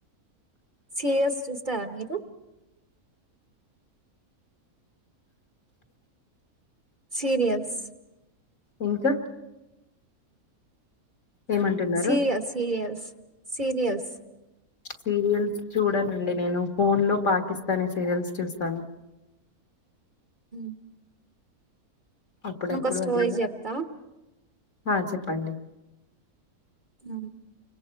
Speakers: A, on the right (about 35°); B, on the left (about 55°).
A: సీరియల్స్ చూస్తారా మీరు సీరియల్స్
B: ఇంకా ఏమంటున్నారు
A: సీరియల్స్ సీరియల్స్ సీరియస్
B: సీరియల్స్ చూడనండి నేను ఫోన్ లో పాకిస్తానీ సీరియల్స్ చూస్తాను
A: ఉ
B: అప్పుడప్పుడు
A: నీకు ఒక స్టోరీ
B: అది కూడా
A: చెప్తా
B: ఆ చెప్పండి
A: హ